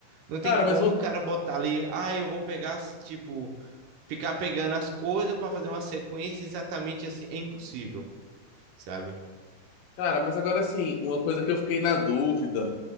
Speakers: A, on the right; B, on the left.
A: não tem
B: Cara,
A: como
B: mas uma
A: o cara botar ali, ah, eu vou pegar, as- tipo, ficar pegando as coisas para fazer uma sequência exatamente assim, é impossível, sabe?
B: Cara, mas agora assim, uma coisa que eu fiquei na dúvida,